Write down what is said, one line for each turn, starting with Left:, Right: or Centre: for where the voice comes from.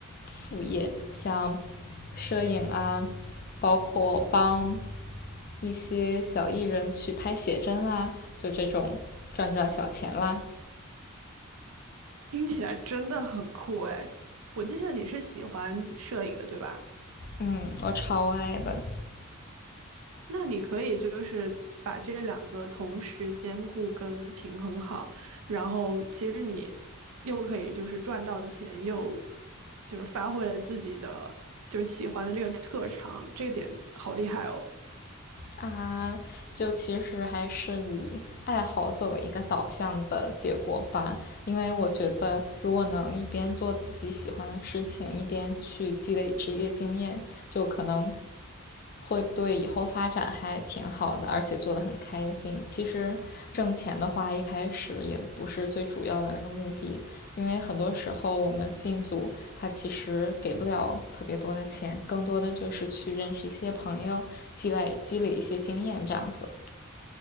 Left: 副业，像摄影啊，包括帮一些小艺人去拍写真啊，就这种赚赚小钱啦。
Right: 听起来真的很酷哎。我记得你是喜欢摄影的，对吧？
Left: 嗯，我超爱的。
Right: 那你可以就是把这两个同时兼顾跟平衡好，然后其实你又可以就是赚到钱，又就是发挥了自己的就是喜欢的这个特长，这点好厉害哦。
Left: 啊，就其实还是以爱好作为一个导向的结果吧，因为我觉得如果能一边做自己喜欢的事情，一边去积累职业经验，就可能会对以后发展还挺好的，而且做得很开心。其实挣钱的话，一开始也不是最主要的那个目的，因为很多时候我们进组，他其实给不了特别多的钱，更多的就是去认识一些朋友，积累积累一些经验这样子。